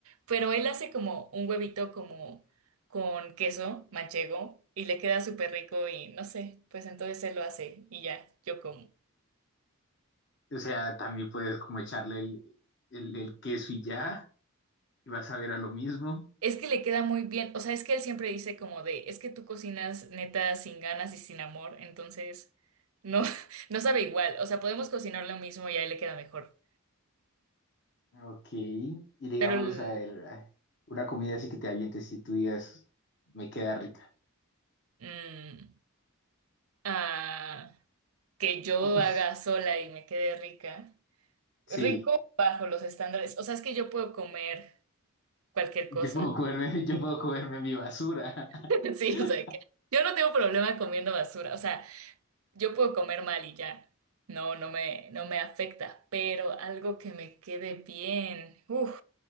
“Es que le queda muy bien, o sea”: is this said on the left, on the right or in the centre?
Right